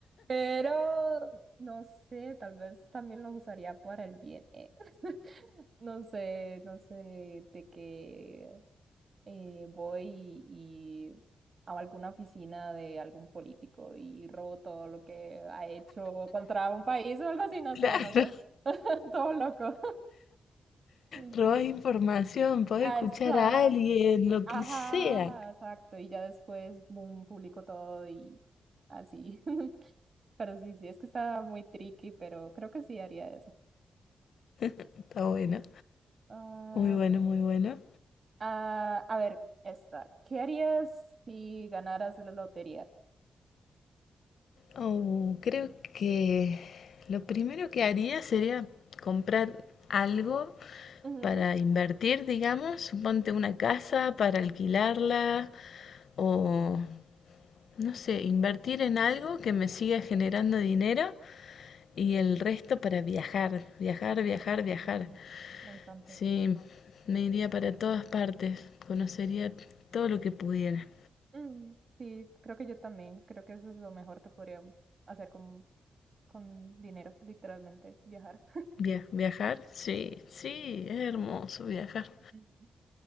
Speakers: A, on the right; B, on the left.
A: pero no sé, tal vez también lo usaría para el bien, eh. <laughs> No sé, no sé, de que eh, voy y, y a alguna oficina de algún político y robo todo lo que ha hecho contra un país o algo así, no
B: Claro,
A: sé, no sé. <laughs> Todo loco. Sí,
B: robás
A: sí.
B: información, podés
A: Exacto.
B: escuchar a alguien, lo
A: Ajá,
B: que sea.
A: exacto. Y ya después, boom, publico todo y así. <laughs> Pero sí, sí, es que está muy tricky, pero creo que sí haría eso.
B: Está bueno.
A: Ah,
B: Muy bueno, muy bueno.
A: ah, a ver, esta. ¿Qué harías si ganaras la lotería?
B: Oh, creo que lo primero que haría sería comprar algo
A: Ujú.
B: para invertir, digamos, suponte una casa para alquilarla o, no sé, invertir en algo que me siga generando dinero y el resto para viajar, viajar, viajar,
A: Mm,
B: viajar.
A: Me encanta,
B: Sí,
A: sí.
B: me iría para todas partes, conocería todo lo que pudiera.
A: Mm, sí, creo que yo también. Creo que eso es lo mejor que podría hacer con, con dinero, literalmente, viajar.
B: Via- viajar, sí, sí, es hermoso viajar.
A: Ujú. <laughs>